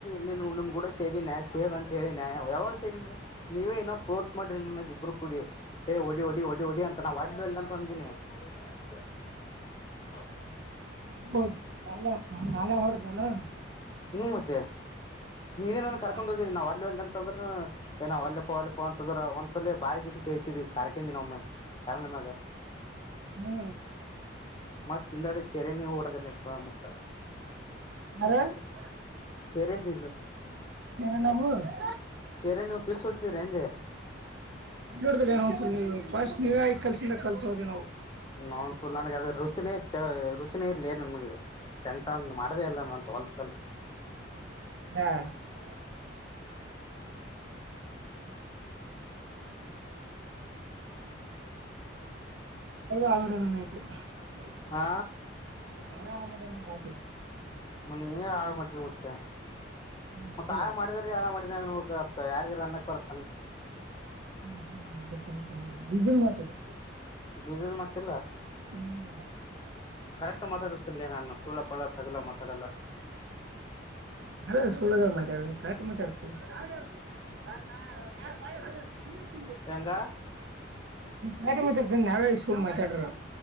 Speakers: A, on the left (about 25°); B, on the right (about 65°).
A: ನೀನು ನಿಮ್ ಕೂಡ ಸೇದೀಿನ ಸೇದ್ ಅಂತ ಹೇಳಿನ ಯಾವಾಗ ಸೇದಿನನಿ ನೀವೇ ಇನ ಕೋರ್ಸ್ ಮಾಡ್ರಿ ನನಗ್ ಇಬ್ಬರು ಕುಡಿ ಹ ಒಡಿ ಒಡಿ ಒಡಿ ಸ ನಾ ವಾಡ್ಲುವೆ ಎಲ್ಲ ಅಂತಂದಿನಿ ಹೋಗನಲ್ಲ ಸಿಗ <inaudible> ಹ
B: ಹೌದು ನಾನ ನಾನ ಹೊರ <unintelligible> ಲ್ಲಾ
A: ಹ್ಮ ಮತ್ತೆ ನೀನೇನಾನನ್
B: ಹ್ಞೂ
A: ಕರ್ಕೊಂಡ್ ಹೋಗಿದ್ದೀಿ ನಾವ್ ಅಲ್ಲ ಎಲ್ಲಂತಂದ್ರ ಏನಾವ ಅಲ್ಲಪ್ಪ ಅಲ್ಲಪ್ಪಾ ಅಂತಂದ್ರ ಒ ಅಸಲ್ಲೇ ಬಾಯ ಕಿಟ್ಟಿ ಚೇಸಿದಿದೆ ಕರಕೆಿಂದಿನ ಒಮ್ಮೆ ಚನ್ನಲ್ಲ ಮಾಗ
B: ಹ್ಞೂ
A: ಮತ್ತತ್ ತಿಂದಾಡೆ ಚೆರೆ ನೀವು ಓಡದ್ರ ಮಕ್ಳ
B: ಯ <unintelligible>
A: ಸರಿದಿಲ್ಲ
B: ಹರ ನವುು <unintelligible>
A: ಶೇರೆ ನೀವು ಪಿಕ್ಸ್ ಹಡ್ತೀ್ರ ಎಂದೆ
B: ನೋಡಿದ್ರೆ ಏನೋ ನೀವು ಫಸ್ಟ್ ನೀವೇ ಈ ಕಲಸಿಂದ ಕಲ್ತೋದೆ ನಾವು
A: ನಾ ತುಲಾನ ಅದ <unintelligible> ರುಚಿನೇ ಚ ರುಚಿನೇ ಇರಲಿ ನನ್ಗೆ ಸೆಂಟ ಅ ಮಾಡದೆೇ ಇಲ್ಲ ನಂತ ಹೋಲ್ಸ ಕಲ್ಸ
B: ಹಾ ಹ ಆಂಗಡಐತಿ <unintelligible>
A: ಆ
B: ಆರಾಮ ಅದಿನ ಹಾಕೀ
A: ನನ್ನ ನೀವೇ ಹಾಳ ಮಾಡಿರ್ ಹುಚ್ಚ
B: ಮಾಡಿಲ್ಲ
A: ಮತ್ತ ಹಾಳ ಮಾಡಿದಿರಿ ಹಾಳ ಮಾಡಿದೀ ಅನ್ಬೆಕ್ ಯಾರಗಾರ ಅನ್ನಕ್ ಬರತ್ತನ
B: ಹ್ಮ ಹ್ಮ್ ಐತೈತ ಬೀಜಲ ಮಾತಡು
A: ಬೀಜದ ಮತ್ತಿಲ್ಲ
B: ಹ್ಞೂ
A: ಕರೆಕ್ಟ್ ಮಾತಾಡಿರ್ತಿನ್ಲೇ ನಾನು ಸುಳ್ಳ ಪಳ್ಳ ತಗಲ ಮಾತಾಡಲ್ಲ
B: ಏ ಸುಳ್ಳದಾಗ ಮಾತಾಡನಿ ಕರೆಕ್ಟ್ ಮಾತಾಡತಿ ನಾ ಯು <unintelligible> ಪಾಯ ಹೋದೊರ್ಸ್ ಹ್ಮ
A: ಶೇಂಗಾ
B: ಖಾಟಿಮಾತಾಡ್ತೀನಿ ಇಟ್ಟ ಸುಳ್ಳ ಮಾತಾಡರು